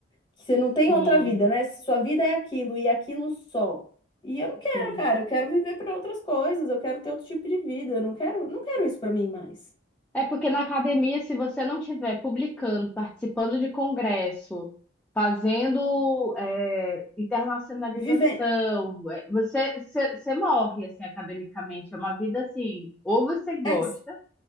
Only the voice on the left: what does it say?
que você não tem
outra vida, né? Sua vida é aquilo e aquilo só. E eu não quero,
cara, eu quero viver para outras coisas, eu quero ter outro tipo de vida, eu não quero, não quero isso para mim mais.
Viver
é,